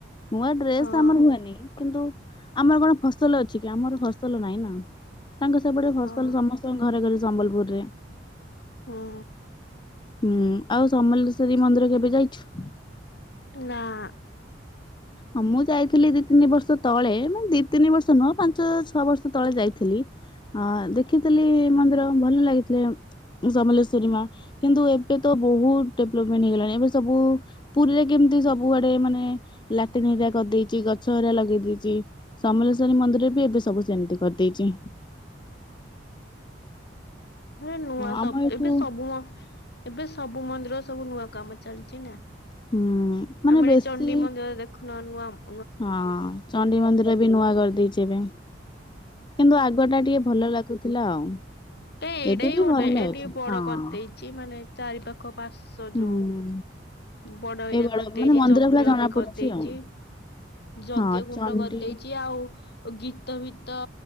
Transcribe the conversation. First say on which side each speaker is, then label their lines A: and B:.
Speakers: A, on the left; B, on the left.
A: ନୂଆ ଡ୍ରେସ
B: ହଁ
A: ଆମର ହୁଏନି। କିନ୍ତୁ ଆମର କଣ ଫସଲ ଅଛି କି ଆମର ଫସଲ ନାଇଁ ନା? ତାଙ୍କ ସେପଟେ
B: ହଁ
A: ଫସଲ ସମସ୍ତଙ୍କ ଘରେ ଘରେ ସମ୍ବଲପୁରରେ।
B: ହୁଁ।
A: ହୁଁ ଆଉ ସମଲେଶ୍ୱରୀ ମନ୍ଦିର କେବେ ଯାଇଛୁ?
B: ନାଁ।
A: ହଁ ମୁଁ ଯାଇଥିଲି ଦି ତିନି ବର୍ଷ ତଳେ ମାନେ ଦି ତିନି ବର୍ଷ ନୁହଁ ପାଞ୍ଚ ଛଅ ବର୍ଷ ତଳେ ଯାଇଥିଲି। ହଁ ଦେଖିଥିଲି ମନ୍ଦିର ଭଲ ଲାଗିଥିଲା। ସମଲେଶ୍ୱରୀ ମା କିନ୍ତୁ ଏବେ ତ ବହୁତ ଡେଭଲପମେଣ୍ଟ ହେଇଗଲାଣି ଏବେ ସବୁ ପୁରୀରେ କେମିତି ସବୁଆଡେ ମାନେ ଲାଟିନ ହେରିକା କରିଦେଇଛି ଗଛ ହେରିକା ଲଗେଇ ଦେଇେଇଛି। ସମଲେଶ୍ୱରୀ ମନ୍ଦିରରେ ବି ଏବେ ସବୁ ସେମିତି କରିଦେଇଛି।
B: ହଁ ନୂଆ
A: ଆମ
B: ସବୁ
A: ଏଠୁ
B: ଏବେ ସବୁ ମ ଏବେ ସବୁ ମନ୍ଦିର ସବୁ ନୂଆ କାମ ଚାଲିଛି ନା।
A: ହୁଁ ମାନେ
B: ଆମର
A: ବେଶୀ
B: ଏ ଚଣ୍ଡି ମନ୍ଦିର ଦେଖ ନା ନୱମ୍
A: ହଁ ଚଣ୍ଡି ମନ୍ଦିର ବି ନୂଆ କରିଦେଇଛି ଏବେ। କିନ୍ତୁ ଆଗ ଟା ଟିକେ ଭଲ ଲାଗୁଥିଲା ଆଉ।
B: ନା ଏଇଟା
A: ଏବେ
B: ହି
A: ବି
B: ଭଲ ଏଇ
A: ଅଛି
B: ଟିକେ ବଡ
A: ହଁ।
B: କରିଦେଇଛି ମାନେ ଚାରି ପାଖ ପାସ୍ଵ
A: ହୁଁ
B: ଯୋଉ
A: ହୁଁ
B: ବଡ ଏରିଆ
A: ଏଇଭଳିଆ
B: କରିଦେଇଛି
A: ମାନେ ମନ୍ଦିର
B: ଯଜ୍ଞ
A: ଭଳିଆ ଜଣା
B: ବି
A: ପଡୁଛି
B: କରିଦେଇଛି।
A: ଆଉ
B: ଯଜ୍ଞ
A: ହଁ
B: କୁଣ୍ଡ
A: ଚଣ୍ଡୀ
B: କରିଦେଇଛି ଆଉ ଗୀତ ଭିତ